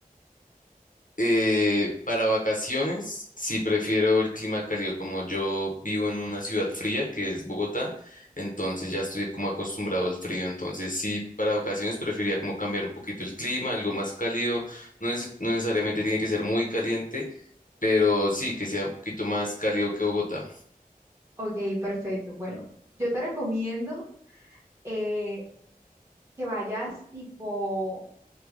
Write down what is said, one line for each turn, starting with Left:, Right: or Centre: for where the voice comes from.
Left: Eh, para vacaciones, sí prefiero el clima cálido, como yo vivo en una ciudad fría que es Bogotá, entonces ya estoy como acostumbrado al frío, entonces sí, para vacaciones preferiría como cambiar un poquito el clima, algo más cálido, no, neces- no necesariamente tiene que ser muy caliente, pero sí que sea un poquito más cálido que Bogotá.
Right: Ok, perfecto. Bueno, yo te recomiendo eh, que vayas tipo